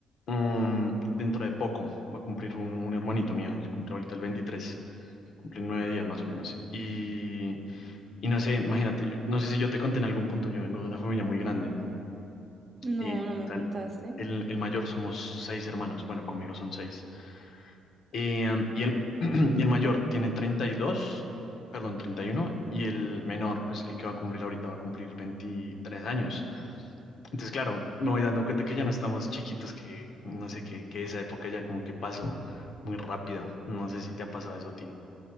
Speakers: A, on the left (about 65°); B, on the right (about 40°).
A: um, dentro de poco va a cumplir un, un hermanito mío, él cumple ahorita el 23, cumple en nueve días más o menos. Y, y no sé, imagínate, no sé si yo te conté en algún punto, yo vengo de una familia muy grande.
B: No,
A: Eh,
B: no me
A: tal-
B: contaste.
A: el, el mayor somos seis hermanos, bueno, conmigo son seis. Eh, y el, <clears throat> y el mayor tiene treinta y dos perdón, treinta y uno y el menor, pues el que va a cumplir ahorita, va a cumplir 23 años. Entonces, claro, me voy dando cuenta que ya no estamos chiquitos, que no sé, que, que esa época ya como que pasó muy rápido. No sé si te ha pasado eso a ti.